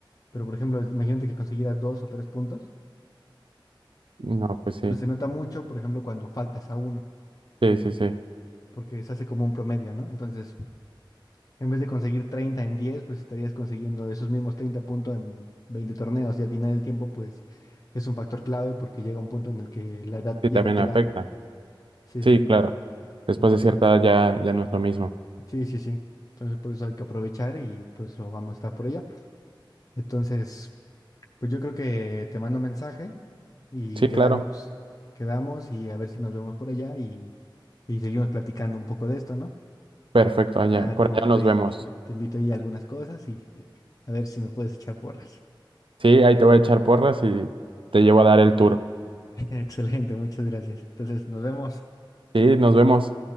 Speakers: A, on the left; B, on the right.
A: Pero por ejemplo, imagínate que consiguieras dos o tres puntos,
B: No, pues sí,
A: pues se nota mucho, por ejemplo, cuando faltas a uno,
B: sí, sí, sí,
A: porque se hace como un promedio, ¿no? Entonces, En vez de conseguir 30 en 10 pues estarías consiguiendo esos mismos 30 puntos en 20 torneos y al final del tiempo, pues es un factor clave porque llega un punto en el que la edad
B: sí,
A: ya
B: también
A: no te
B: afecta.
A: da. Sí,
B: Sí,
A: sí.
B: claro, después
A: Entonces,
B: de cierta edad ya, ya no es lo mismo.
A: sí, sí, sí. Entonces, por eso hay que aprovechar y pues lo vamos a estar por allá Entonces, pues yo creo que te mando un mensaje y
B: Sí,
A: quedamos,
B: claro,
A: quedamos y a ver si nos vemos por allá y, y seguimos platicando un poco de esto, ¿no?
B: perfecto, allá,
A: Ya
B: por
A: te invito
B: allá nos
A: ahí,
B: vemos.
A: te invito ahí a algunas cosas y a ver si me puedes echar porras.
B: Sí, ahí te voy a echar porras y te llevo a dar el tour.
A: <laughs> Excelente, muchas gracias. Entonces, nos vemos.
B: Sí, nos vemos.